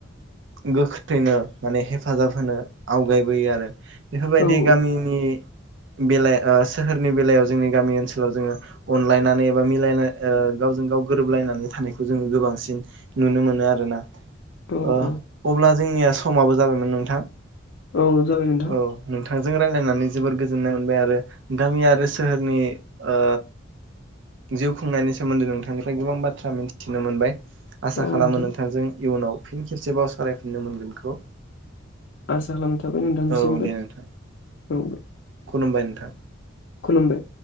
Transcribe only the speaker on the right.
गोख्रैनो माने हेफाजाब होनो आवगायबोयो आरो बेफोरबायदि
गामिनि बेलायाव ओ सोहोरनि बेलायाव जोंनि गामि ओनसोलाव जोङो अनलायनानै एबा मिलाय ओ गावजों गाव गोरोबलायनानै थानायखौ जोङो गोबांसिन नुनो मोनो आरोना।
ओ अब्ला जोंनिया समाबो जाबायमोन नोंथां।
औ नोंथांजों रायजलायनानै जोबोर गोजोननाय मोनबाय आरो गामि आरो सोहोरनि ओ जिउ खुंनायनि सोमोन्दै नोंथांनिफ्राय गोबां बाथ्रा मिथिनो मोनबाय। आसा
खालामो
नोंथांजों इयुनाव फिन खेबसेबाव सालायफिननो मोनगोनखौ।
औ दे नोंथां
खुलुमबाय नोंथां